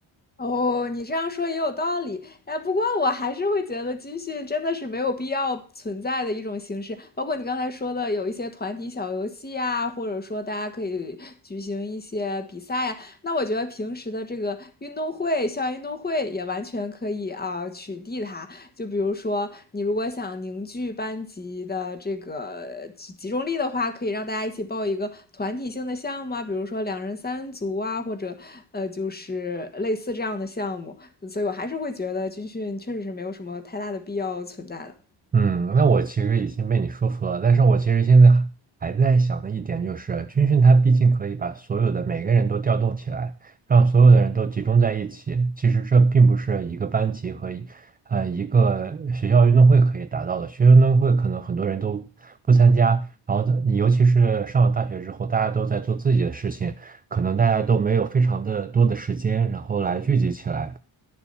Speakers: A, on the left (about 20°); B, on the right (about 20°).
A: 哦，你这样说也有道理，哎，不过我还是会觉得军训真的是没有必要存在的一种形式，包括你刚才说的有一些团体小游戏啊，或者说大家可以举行一些比赛呀，那我觉得平时的这个运动会、校园运动会也完全可以啊，取缔它。就比如说，你如果想凝聚班级的这个集中力的话，可以让大家一起报一个团体性的项目啊，比如说两人三足啊，或者呃，就是类似这样的项目。所以我还是会觉得军训确实是没有什么太大的必要存在的。
B: 嗯，那我其实已经被你说服了，但是我其实现在还还在想的一点就是，军训它毕竟可以把所有的每个人都调动起来，让所有的人都集中在一起。其实这并不是一个班级和一呃一个学校运动会可以达到的。学校运动会可能很多人都不参加，然后尤其是上了大学之后，大家都在做自己的事情，可能大家都没有非常的多的时间，然后来聚集起来。